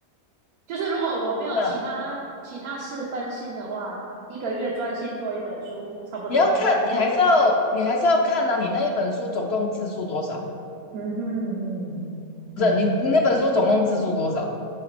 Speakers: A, on the right; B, on the left.
A: 就是如果我没有其他其他事分心的话，
B: 对啊，
A: 一个月专心做一本书，差不多。
B: 你要看，你还是要你还是要看呐、你那一本书总共字数多少？
A: 嗯哼嗯哼嗯，
B: 不是你你那本书总共字数多少？